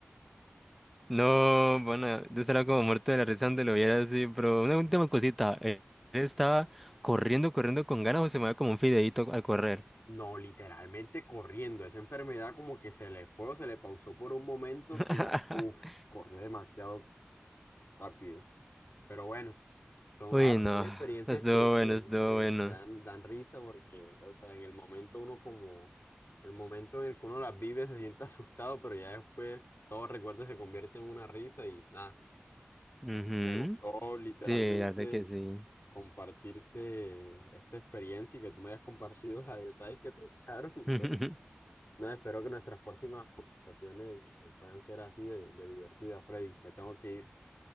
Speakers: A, in the centre; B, on the left.
A: No, bueno, yo estaba como muerto de la risa donde lo viera así, pero una última cosita. eh, Él estaba corriendo, corriendo con ganas o se mueve como un fideíto al correr.
B: No, literalmente corriendo. Esa enfermedad como que se le fue o se le pausó por un momento
A: <laughs>
B: que, uff, corrió demasiado rápido. Pero bueno, son,
A: Uy,
B: ah,
A: no,
B: son experiencias
A: estuvo
B: que,
A: bueno,
B: que,
A: estuvo
B: que-
A: bueno.
B: que dan, dan risa porque, o sea, en el momento uno como, el momento en el que uno las vive se siente <laughs> asustado, pero ya después todo recuerdo se convierte en una risa y nada,
A: Ujú,
B: me gustó literalmente
A: Sí, la verdad que sí.
B: compartirte esta experiencia y que tú me hayas compartido la del raid que te echaron. Entonces,
A: <laughs>
B: nada, espero que nuestras próximas conversaciones eh, puedan ser así de, de divertidas, Freddy. Me tengo que ir.